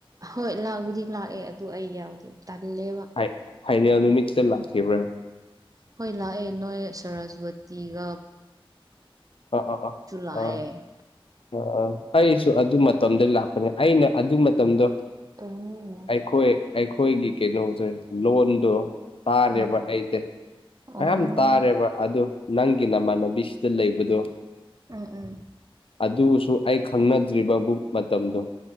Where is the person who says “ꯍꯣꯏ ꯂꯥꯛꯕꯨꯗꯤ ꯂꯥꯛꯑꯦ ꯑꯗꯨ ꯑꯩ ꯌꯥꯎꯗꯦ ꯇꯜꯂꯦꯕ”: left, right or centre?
Right